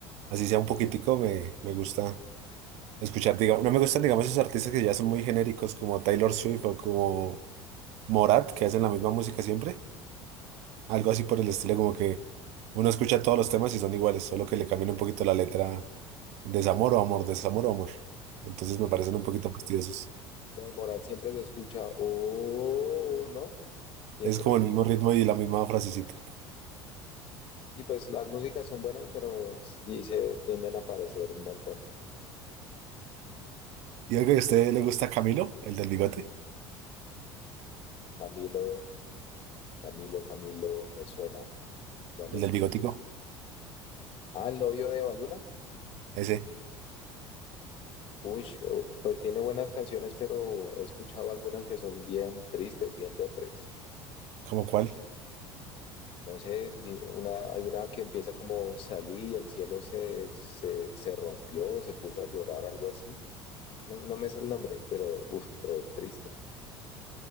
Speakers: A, on the right; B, on the left.
A: Así sea un poquitico, me, me gusta escuchar, digamos, no me gustan, digamos, esos artistas que ya son muy genéricos como Taylor Swift o como Morat, que hacen la misma música siempre. Algo así por el estilo, como que uno escucha todos los temas y son iguales, solo que le cambian un poquito la letra, desamor o amor, desamor o amor. Entonces me parecen un poquito fastidiosos.
B: Lo de Morat siempre se escucha, oh, ¿no? Siempre,
A: Es como el mismo ritmo y la misma frasecita.
B: y pues las músicas son buenas, pero sí se tienden a aparecer un montón.
A: Y algo que ¿a usted le gusta Camilo, el del bigote?
B: Camilo, Camilo, Camilo, me suena. ¿Cuál
A: El
B: es
A: del
B: Camilo?
A: bigotico,
B: Ah, el novio de Baluna.
A: ese,
B: Uy, oh, pues tiene buenas canciones, pero he escuchado algunas que son bien tristes, bien depres.
A: ¿como cuál?
B: No sé, di- una, hay una que empieza como salí y el cielo se, se, se rompió, se puso a llorar, algo así. No, no me es el nombre, pero uff, re triste.